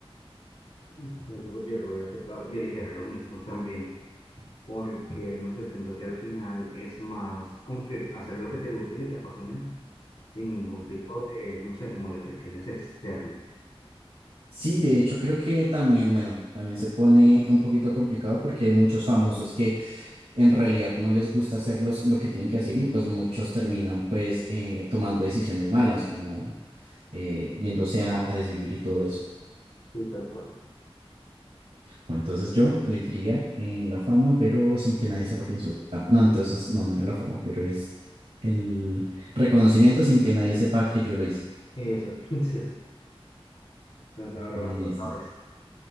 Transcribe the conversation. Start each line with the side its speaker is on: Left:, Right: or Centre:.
Left: eso yo lo voy a aceptar. Yo eligiera lo mismo <laughs> también, porque no sé, siento que al final es más como que hacer lo que te guste y que te apasione sin ningún tipo de, no sé, como de presiones externas.
Right: Sí, de hecho creo que también, bueno, también se pone un poquito complicado porque hay muchos famosos que en realidad no les gusta hacer los- lo que tienen que hacer y pues muchos terminan pues eh, tomando decisiones malas como eh, yéndose a, a desvivir y todo eso.
Left: Sí, tal cual.
Right: Bueno, entonces yo elegiría eh, la fama, pero sin que nadie sepa quién soy. Ah, no, entonces no, no era la fama, pero es el reconocimiento sin que nadie sepa que yo lo hice.
Left: Eso. <laughs> Entonces ahora
Right: Listo.
Left: vas tú otra vez.